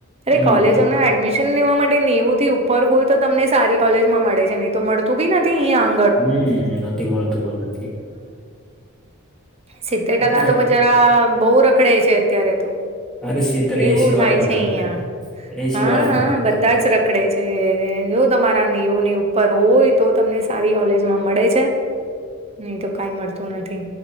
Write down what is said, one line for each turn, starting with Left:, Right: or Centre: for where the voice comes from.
Right: અરે
Centre: હમ
Right: કોલેજોને એડમિશન લેવા માટે નેવું થી ઉપર હોય તો તમને સારી કોલેજમાં મળે છે નહી તો મળ મળતું બી નથી અઈયા
Centre: હમ.. નથી મળતું પણ નથી
Right: સિત્તેર ટકા
Centre: અત્યારે
Right: તો બચારા બહુ રખડે છે અત્યારે તો
Centre: અરે સિત્તેર
Right: એવું
Centre: એસી વાળા
Right: થાય
Centre: પણ
Right: છે
Centre: રખડે
Right: અહિયા
Centre: એસી
Right: હા
Centre: વાળા પણ
Right: હા
Centre: રખડે
Right: બધા જ ર પકડે છે <inaudible> જો તમારા નેવુ ની ઉપર હોય તો તમને સારી કોલેજમાં મળે છે. નહી તો કઈ મળતું નથી.